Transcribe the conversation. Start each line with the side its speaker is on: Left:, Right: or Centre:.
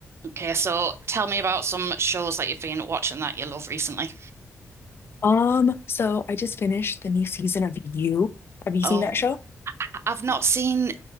Right: Okay, so tell me about some shows that you've been watching that you love recently.
Left: Um, so I just finished the new season of You. Have you
Right: Oh,
Left: seen that show?
Right: I've not seen